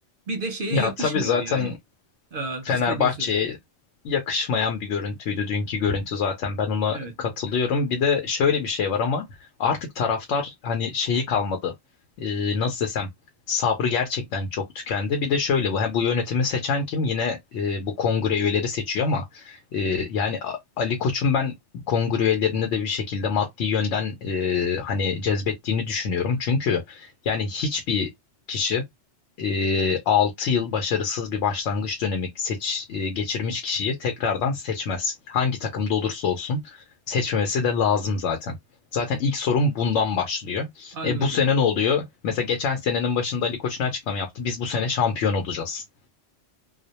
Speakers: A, on the right; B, on the left.
A: Bir de şeye
B: Ya
A: yakışmıyor
B: tabii zaten
A: yani. E,
B: Fenerbahçe'ye
A: kısacası
B: yakışmayan bir görüntüydü dünkü görüntü zaten. Ben ona
A: evet
B: katılıyorum. Bir de şöyle bir şey var ama artık taraftar hani şeyi kalmadı. Ee, nasıl desem sabrı gerçekten çok tükendi. Bir de şöyle bu ha, bu yönetimi seçen kim? Yine e, bu kongre üyeleri seçiyor ama e, yani A- Ali Koç'un ben kongre üyelerinde de bir şekilde maddi yönden e, hani cezbettiğini düşünüyorum. Çünkü yani hiçbir kişi e, 6 yıl başarısız bir başlangıç dönemi seç, e, geçirmiş kişiyi tekrardan seçmez. Hangi takımda olursa olsun seçmemesi de lazım zaten. Zaten ilk sorun bundan başlıyor.
A: anladım.
B: E bu sene ne oluyor? Mesela geçen senenin başında Ali Koç'un açıklama yaptı. Biz bu sene şampiyon olacağız.